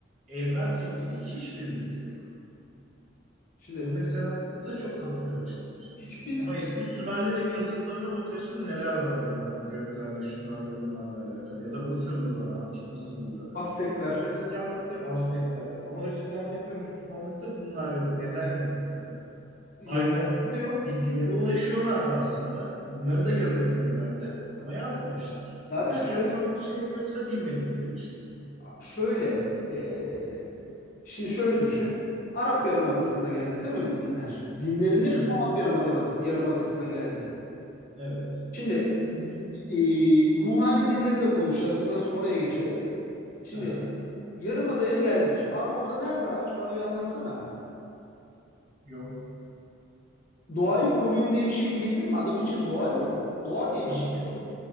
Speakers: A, on the right; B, on the left.
A: evrenle ilgili hiçbir bilgi yok.
B: Şimdi
A: Bu mesela bu da çok kafa karıştırıcı.
B: hiçbir
A: Ama eski Sümerlerin yazıtlarına bakıyorsun neler var böyle hani göklerle şunlarla bunlarla alakalı ya da Mısırlılara, antik Mısırlılara.
B: Aztekler
A: Ama Hristiyanlıkta Aztekler ama Hristiyanlık ve Müslümanlıkta bunlar yok. Neden yok mesela? Aynı
B: Yahudi de yok.
A: bilgilere ulaşıyorlardı aslında. Bunları da yazabilirlerdi ama yazmamışlar.
B: Zaten
A: Bilinçli
B: şöyle
A: yapılan bir şey mi yoksa bilmedikleri için mi?
B: şöyle e, şimdi şöyle düşün. Arap Yarımadası'nda geldi değil mi bu dinler? Dinlerin hepsi
A: Evet,
B: Arap Yarımadası, Yarımadası'na geldi.
A: evet.
B: Şimdi di- e, ruhani dinleri de konuşacağız. Bundan sonra oraya geçelim. Şimdi
A: Aha,
B: Yarımada'ya gelmiş. Abi orada nerede ağaç? Bana bir anlatsana.
A: yok.
B: Doğayı koruyun diye bir şey diyebilir mi? Adam için doğa yok. Doğa diye
A: Tabii
B: bir şey
A: ki
B: yok.
A: de.